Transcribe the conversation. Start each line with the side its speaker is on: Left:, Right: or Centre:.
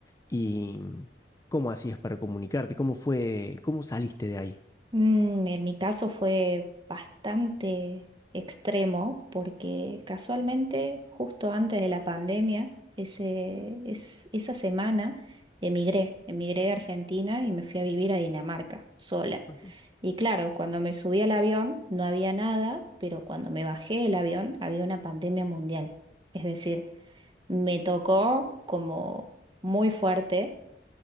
Left: y mm, cómo hacías para comunicarte, cómo fue, cómo saliste de ahí.
Right: Mm, en mi caso fue bastante extremo porque casualmente justo antes de la pandemia, ese, es, esa semana emigré, emigré de Argentina y me fui a vivir a Dinamarca sola.
Left: Ujú.
Right: Y claro, cuando me subí al avión no había nada, pero cuando me bajé del avión había una pandemia mundial. Es decir, me tocó como muy fuerte